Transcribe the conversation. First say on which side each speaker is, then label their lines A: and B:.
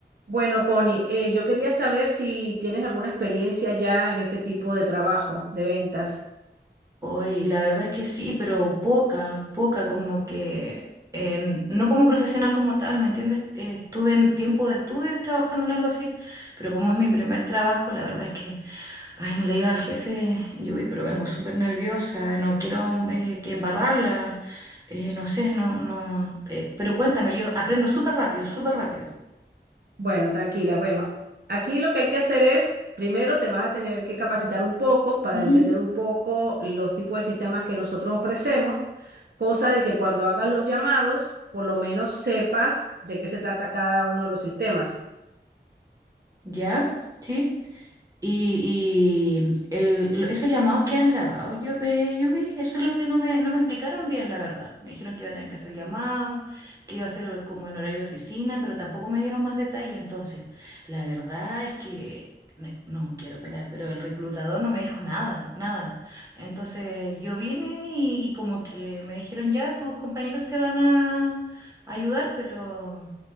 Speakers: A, on the right; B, on the right.
A: Bueno, Connie, eh, yo quería saber si tienes alguna experiencia ya en este tipo de trabajo de ventas.
B: Hoy, la verdad es que sí, pero poca, poca, como que en- no como profesional como tal, ¿me entiendes? Eh, estuve en tiempo de estudios trabajando en algo así, pero como es mi primer trabajo, la verdad es que, ay, no le diga al jefe, Yubi, pero vengo súper nerviosa, no quiero eh, que embarrarla, eh, no sé, no, no, eh, pero cuéntame, yo aprendo súper rápido, súper rápido.
A: Bueno, tranquila. Bueno, aquí lo que hay que hacer es, primero te vas a tener que capacitar un poco para
B: Ujú.
A: entender un poco los tipos de sistemas que nosotros ofrecemos, cosa de que cuando hagas los llamados, por lo menos sepas de qué se trata cada uno de los sistemas.
B: ¿Ya? ¿Sí? Y, y el- lo- esos llamados que han grabado, yo, eh, yo vi, eso es lo que no me, no me explicaron bien, la verdad. Me dijeron que iba a tener que hacer llamados, que iba a ser como en horario de oficina, pero tampoco me dieron más detalle. Entonces, la verdad es que, ne- no quiero pelar, pero el reclutador no me dijo nada, nada. Entonces, yo vine y, y como que me dijeron, ya, tus compañeros te van a ayudar, pero...